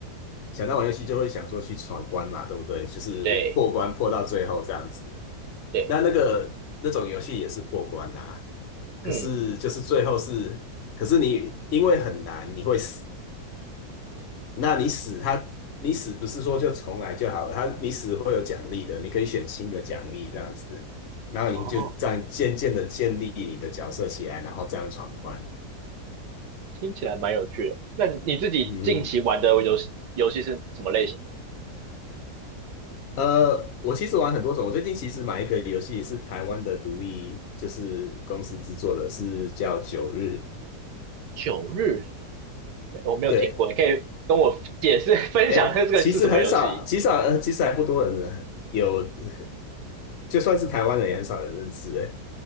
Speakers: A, on the left; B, on the right.
A: 想到玩游戏就会想说去闯关嘛，对不对？就是破关破到最后这样子。
B: 对对，
A: 那那个那种游戏也是破关啊，可是就是最后是，
B: 嗯，
A: 可是你因为很难，你会死。那你死他，你死不是说就重来就好了，他你死会有奖励的，你可以选新的奖励这样子，然后你就这样渐渐的建立你的角色起来，
B: 哦，
A: 然后这样闯关。
B: 听起来蛮有趣的。那你你自己近期玩的游戏游戏是什么类型的？
A: 嗯，呃，我其实玩很多种，我最近其实买一个游戏是台湾的独立，就是公司制作的，是叫《九日》。
B: 九日，没我没有听过，
A: 对，
B: 你可以跟我解释 <laughs> 分享一下这个是什么游戏？
A: 哎，其实很少，极少，呃，其实还不多人有，<laughs> 就算是台湾人也很少人认识，哎。